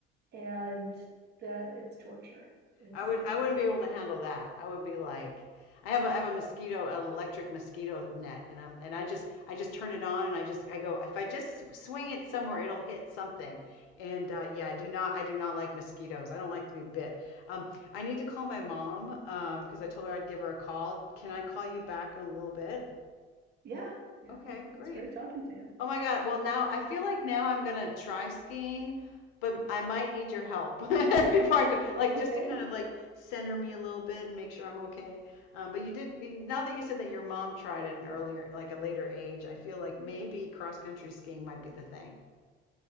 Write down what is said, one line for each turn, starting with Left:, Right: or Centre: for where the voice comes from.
Right: And that it's torture. It's.
Left: I would
Right: it-
Left: I wouldn't be able to handle that. I would be like, I have a I have a mosquito, an electric mosquito net, and I'm and I just I just turn it on and I just I go if I just s- swing it somewhere, it'll hit something. And uh, yeah, I do not I do not like mosquitoes. I don't like to be bit. Um, I need to call my mom um, because I told her I'd give her a call. Can I call you back in a little bit?
Right: Yeah, yeah,
Left: Okay,
Right: it
Left: great.
Right: was great talking to you.
Left: Oh my God. Well, now I feel like now I'm gonna try skiing, but I might need your help <laughs> before I go, like
Right: Okay,
Left: just to kind of like center me a little bit and make sure I'm okay. Um, but you did, you- now that you said that your mom tried at an earlier, like a later age, I feel like maybe cross country skiing might be the thing.